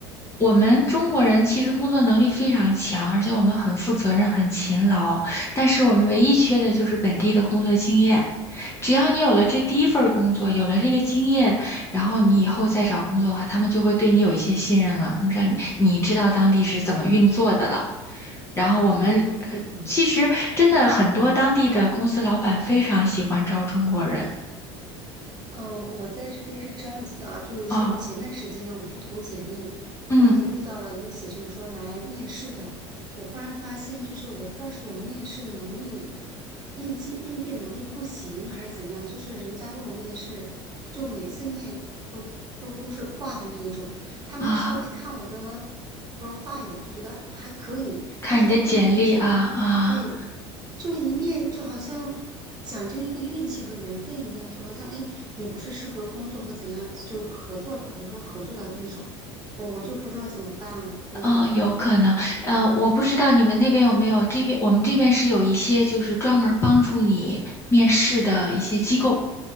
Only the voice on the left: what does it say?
我们中国人其实工作能力非常强，而且我们很负责任、很勤劳，但是我们唯一缺的就是本地的工作经验。只要你有了这第一份儿工作，有了这个经验，然后你以后再找工作的话，他们就会对你有一些信任了。他们让你你知道当地是怎么运作的了。然后我们呃，
其实真的很多当地的公司老板非常喜欢招中国人
哦，
嗯
啊，
看你的简历啊啊。
哦，有可能，呃，我不知道你们那边有没有，这边我们这边是有一些就是专门帮助你面试的一些机构，